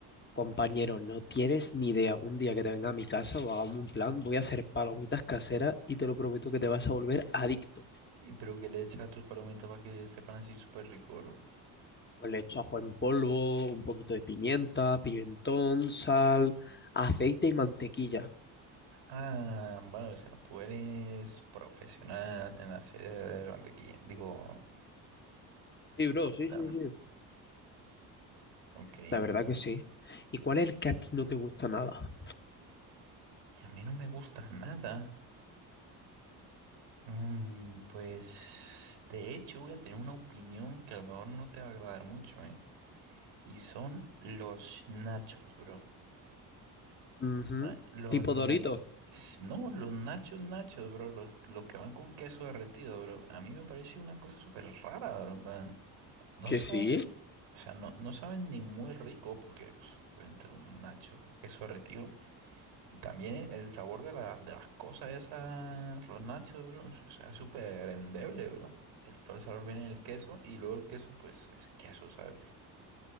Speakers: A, on the left (about 25°); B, on the right (about 80°).
A: Compañero, no tienes ni idea. Un día que te venga a mi casa o hagamos un plan, voy a hacer palomitas caseras y te lo prometo que te vas a volver adicto.
B: Y pero que le echas a tus palomitas para que sepan así súper rico, bro.
A: Pues le echo ajo en polvo, un poquito de pimienta, pimentón, sal, aceite y mantequilla.
B: Ah, bueno, o sea, tú eres profesional en la sede de la mantequilla. Digo,
A: Sí, bro,
B: palomitas.
A: sí, sí, sí.
B: Ok,
A: La verdad
B: y
A: que sí. ¿Y cuál es el que a ti no te gusta nada?
B: a mí no me gusta nada. Mm, pues de hecho voy a tener una opinión que a lo mejor no te va a agradar mucho, ¿eh? Y son los nachos, bro.
A: Ujú.
B: Ah, Los
A: Tipo
B: na-
A: Doritos.
B: s- No, los nachos nachos, bro. Los, los que van con queso derretido, bro. A mí me parece una cosa súper rara, bro. en plan, No
A: Que
B: saben,
A: sí.
B: o sea, no, no saben ni muy rico porque pues, obviamente un nacho con queso derretido. Y también el sabor de, la, de las cosas esas, los nachos, bro, o sea, es súper endeble, bro. El, todo el sabor viene en el queso y luego el queso, pues, es queso, ¿sabes?